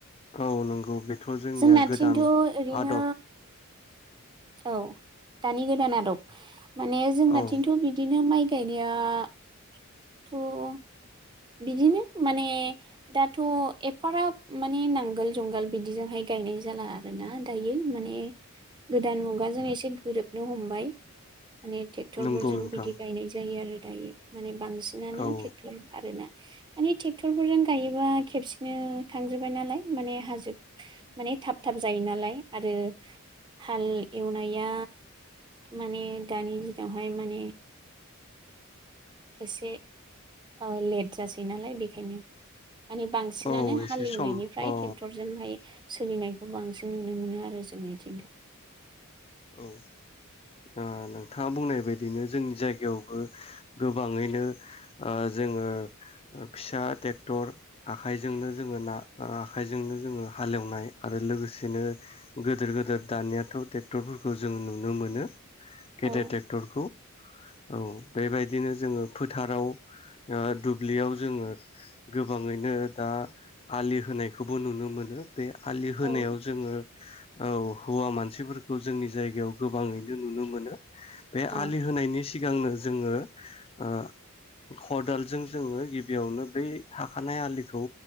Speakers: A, on the left; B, on the right.
A: औ नंगौ बेथ' जोंनिया
B: जोंनाथिंथ'
A: गोदान
B: ओरैनो
A: आदब
B: औ दानि गोदान आदब माने जोंनाथिंथ'
A: औ
B: बिदिनो माइ गायनायाथ' बिदिनो माने दाथ' एफाराब माने नांगोल जुंगाल बिदिजोंहाय गायनाय जाला आरोना दायो माने गोदान मुगाजों एसे गोरोबनो हमबाय माने ट्रेक्टरफोरजों
A: नंगौ नोंथां
B: बिदि गायनाय जायो आरो दायो माने बांसिनानो
A: औ
B: ट्रेक्ट'र <unintelligible> माने ट्रेक्टरफोरजों गायोबा खेबसेनो थांजोब्बाय नालाय माने हाजो माने थाब थाब जायो नालाय आरो हाल एवनाया माने दानि दिनावहाय माने एसे ओ लेट जासै ना लाय बेखायनो माने बांसिनानो
A: औ
B: हालेवनायनिफ्राय
A: एसे सम औ
B: ट्रेक्टरजोंहाय सोलिनायखौ बांसिन नुनो मोनो आरो जोंनि दिनाव
A: औ नोंथाङा बुंनाय बायदिनो जोंनि जायगायावबो गोबाङैनो ओ जोङो फिसा ट्रेक्टर आखाइजोंनो जोङो ना आखाइजोंनो जोङो हालेवनाय आरो लोगोसेनो गोदोर गोदोर दानियाथ' टे क्टरफोरखौ जोङो नुनो मोनो गेदेर
B: औ
A: टेक्टरखौ औ बेबायदिनो जोङो फोथाराव ओ दुब्लियाव जोङो गोबाङैनो दा आलि होनायखौबो नुनो मोनो बे आलि होनायाव
B: औ
A: जोङो औ हौवा मानसिफोर खौ जोंनि जायगायाव गोबाङैनो नुनो मोनो बे
B: औ
A: आलि होनायनि सिगांनो जोङो ओ खदालजों जोङो गिबियावनो बै थाखानाय आलिखौ